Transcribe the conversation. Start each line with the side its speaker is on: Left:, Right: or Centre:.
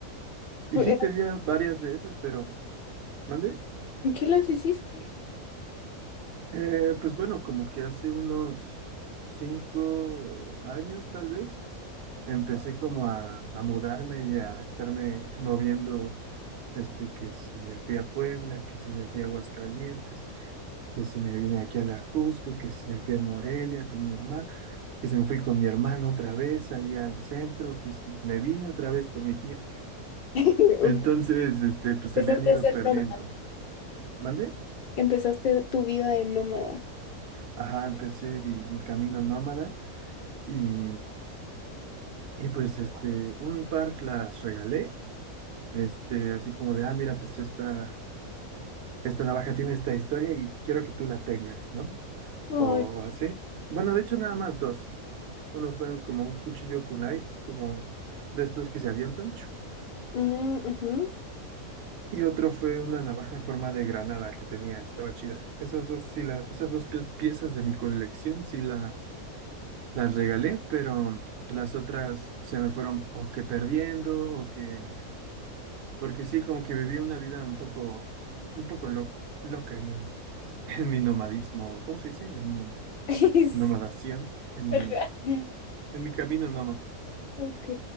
Right: y
Left: Fue-
Right: sí tenía varias de esas, pero ¿Mande?
Left: ¿En qué las hiciste?
Right: Eh, pues bueno, como que hace unos cinco años tal vez, empecé como a, a mudarme y a estarme moviendo, este, que si me fui a Puebla, que si me fui a Aguascalientes, que si me vine aquí a La Jusco, que si me fui a Morelia con mi mamá, que si me fui con mi hermano otra vez allá al centro, que si me vine otra vez con mi tía.
Left: <laughs>
Right: Entonces, este, pues se
Left: Empezaste
Right: me han ido
Left: a ser
Right: perdiendo.
Left: nómada,
Right: ¿Mande?
Left: empezaste tu vida de nómada.
Right: Ajá, empecé mi mi camino nómada. Y, Y pues este, un par las regalé, este, así como de, ah, mira, pues esta, esta navaja tiene esta historia y quiero que tú la tengas, ¿no?
Left: Ay,
Right: O así. Bueno, de hecho nada más dos. Uno fue como un cuchillo kunai, como de estos que se avientan, chu.
Left: Mm, ujú.
Right: y otro fue una navaja en forma de granada que tenía, estaba chida. Esas dos, sí la, esas dos pie- piezas de mi colección sí las, las regalé, pero las otras se me fueron o que perdiendo o que Porque sí, como que viví una vida un poco, un poco loco, loca en mi, <laughs> en mi nomadismo, ¿cómo se dice? En mi
Left: <laughs> es
Right: nomadación, en mi,
Left: raro.
Right: en mi camino nómada.
Left: Ok.